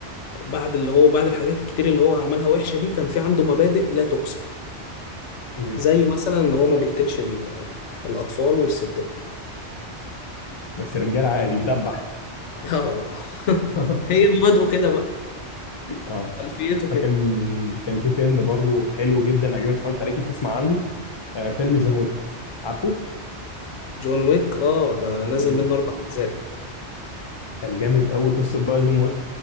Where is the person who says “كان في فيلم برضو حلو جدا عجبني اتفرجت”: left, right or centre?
Left